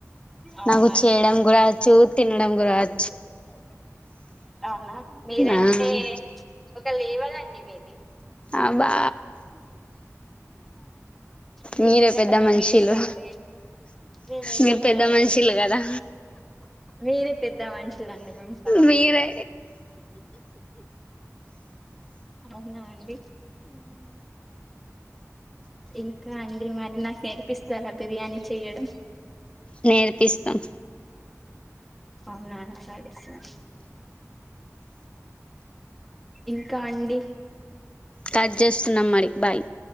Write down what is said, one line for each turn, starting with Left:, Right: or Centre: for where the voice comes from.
Centre: అవునండి
Left: నాకు చేయడం కూడా వచ్చు తినడం కూడా వ
Centre: అవునా మీరంటే
Left: ఆ
Centre: ఒక లేవలండి మీది
Left: అబా
Centre: మీ
Left: మీరే
Centre: ముంగట
Left: పెద్ద
Centre: మేము
Left: మనిషీలు
Centre: వేస్ట్ అండి మీ ముంగట
Left: మీరు పెద్ద
Centre: మేము
Left: మనుషిలు
Centre: వేస్ట్
Left: కదా
Centre: మీరే పెద్ద మనుషులండి మేము కాదు
Left: మీరే
Centre: అవునా అండి ఇంకా అండి మరి నాకు నేర్పిస్తారా బిర్యానీ చెయ్యడం
Left: నేర్పిస్తాం
Centre: అవునా సరే సరే ఇంకా అండి
Left: కట్ చేస్తున్నాం మరి బాయ్